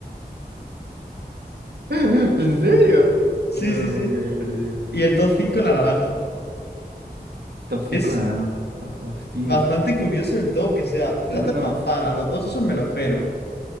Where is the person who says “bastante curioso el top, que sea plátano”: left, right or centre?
Left